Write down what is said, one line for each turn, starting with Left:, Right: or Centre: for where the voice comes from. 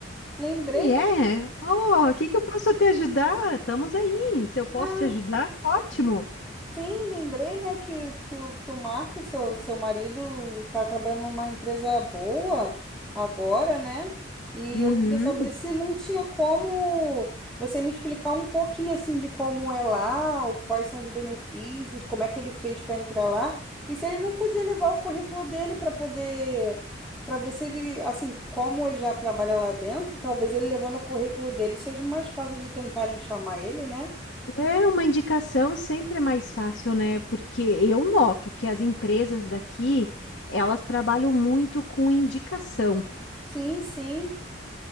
Centre: Lembrei,
Left: E é? Oh, o que que eu posso te ajudar? Estamos aí. Se eu posso
Centre: né?
Left: te ajudar, ótimo.
Centre: Sim, lembrei, né, que, que, o- que o Marco, seu, seu marido, está trabalhando numa empresa boa agora, né? E
Left: Uhum.
Centre: eu queria saber se não tinha como você me explicar um pouquinho assim de como é lá, o- quais são os benefícios, como é que ele fez para entrar lá, e se ele não podia levar o currículo dele para poder, para ver se ele, assim, como ele já trabalha lá dentro, talvez ele levando o currículo dele seja mais fácil de tentarem chamar ele, né?
Left: É uma indicação sempre é mais fácil, né? Porque eu noto que as empresas daqui, elas trabalham muito com indicação.
Centre: Sim, sim.